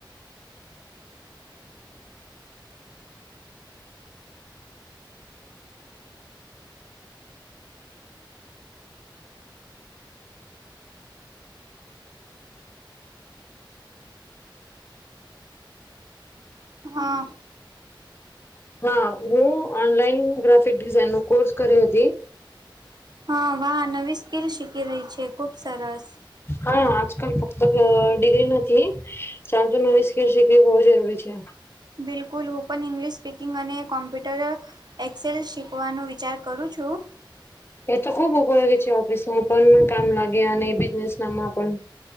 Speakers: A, on the right; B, on the left.
A: હા.
B: હા હું ઓનલાઈન ગ્રાફિક ડિઝઇન નો કોર્સ કર્યો હતી.
A: હા વાહ નવી સ્કીલ શીખી રહી છે ખુબ સરસ.
B: હા આજકાલ ફક્ત ડિગ્રી નથી. ચાલ, તો નવી સ્કીલ શીખવી બહુ જરૂરી છે.
A: બિલકુલ, ઓપન ઇંગ્લિશ સ્પીકિંગ અને કોમ્પ્યુટર. એક્સેલ શીખવાનો વિચાર કરું છું.
B: એ તો ખુબ ઉપયોગી છે. ઓફિસ માં પણ કામ લાગે અને બિઝનેસ નામાં પણ